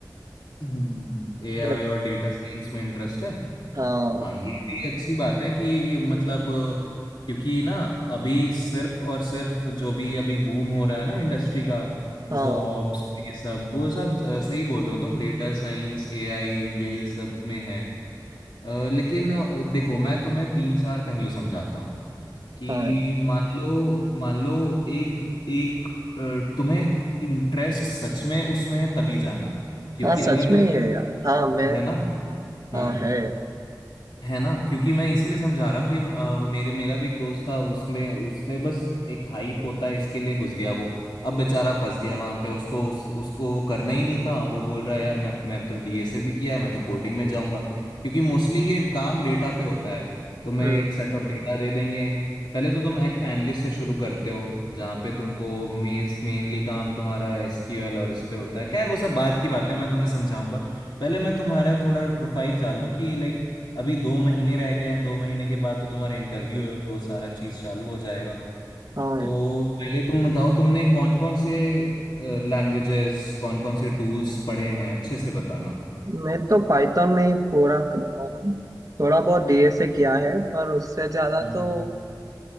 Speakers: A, on the left; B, on the right.
A: एआई
B: वेब
A: और डेटा साइंस में इंटरेस्ट है
B: हाँ
A: हाँ ये भी अच्छी बात है कि मतलब क्योंकि ना अभी सिर्फ और सिर्फ जो भी अभी बूम हो रहा है ना इंडस्ट्री का
B: हाँ
A: जॉब्स ये सब वो सब अ, सही बोल रहे हो तुम डेटा साइंस एआई यही सब में है अ, लेकिन अ, देखो मैं तुम्हें तीन चार पहलू समझाता हूँ कि
B: हाँ
A: मान लो मान लो एक एक अ, तुम्हें इंटरेस्ट सच में उसमें है तभी जाना क्योंकि
B: हाँ
A: अगर
B: सच
A: तुम
B: में ही है यार हाँ मैं
A: है ना हाँ
B: हाँ है
A: है ना क्योंकि मैं इसीलिए समझा रहा हूँ कि अ, मेरे मेरा भी एक दोस्त था उसमें उसने बस एक हाइप होता है इसके लिए घुस गया वो अब बेचारा फंस गया वहां पे उसको उस, उसको वो करना ही नहीं था वो बोल रहा है यार मैं मैंने तो डीएसए भी किया है मैं तो कोडिंग में जाऊंगा क्योंकि मोस्टली ये काम डेटा पे होता है तुम्हें
B: हम्म
A: एक सेट ऑफ डेटा दे देंगे पहले तो तुम एक एनालिस्ट से शुरू करते हो जहाँ पे तुमको मेस मेनली काम तुम्हारा एसक्यूएल और इस पे होता है खैर वो सब बात की बात है मैं तुम्हें समझाऊंगा पहले मैं तुम्हारा थोड़ा प्रोफाइल जान लूं कि लाइक अभी दो महीने रह गए हैं दो महीने के बाद तो तुम्हारा इंटरव्यू है वो सारा चीज चालू हो जाएगा
B: हाँ
A: तो पहले तुम बताओ तुमने कौन कौन से लैंग्वेजेस कौन कौन से टूल्स पढ़े हैं अच्छे से बताना
B: मैं तो पाइथन में ही पूरा कर रहा हूँ थोड़ा बहुत डीएसए किया है पर उससे ज्यादा
A: हम्म
B: तो